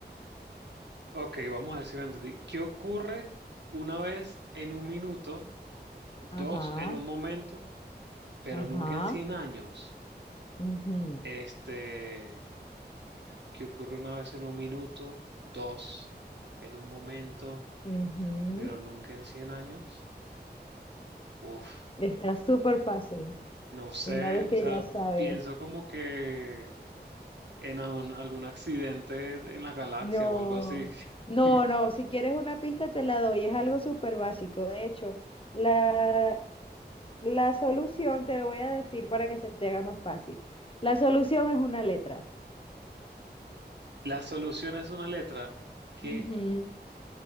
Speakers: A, on the right; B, on the left.
A: Ok, vamos a ver si lo entendí. ¿Qué ocurre una vez en un minuto? dos
B: Ajá,
A: en un momento, pero
B: ajá.
A: nunca en 100 años.
B: ujú.
A: Este, que ocurre una vez en un minuto, dos en un momento,
B: Ujú.
A: pero nunca en 100 años. Uf,
B: Está súper fácil,
A: no sé,
B: una vez que
A: o sea,
B: ya sabes.
A: pienso como que en algún, algún accidente en la galaxia
B: No,
A: o algo así.
B: no,
A: <laughs>
B: no, si quieres una pista te la doy, es algo súper básico. De hecho, la, la solución te voy a decir para que se te haga más fácil. La solución es una letra.
A: La solución es una letra que,
B: Ujú.